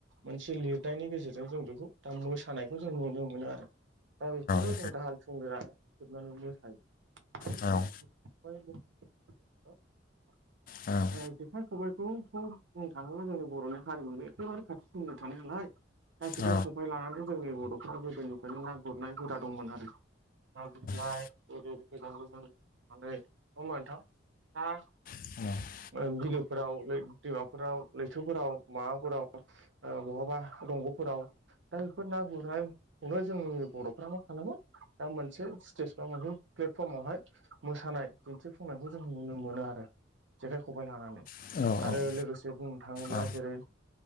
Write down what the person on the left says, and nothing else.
औ
औ
औ
औ
औ
नोंथां
औ औ
औ
औ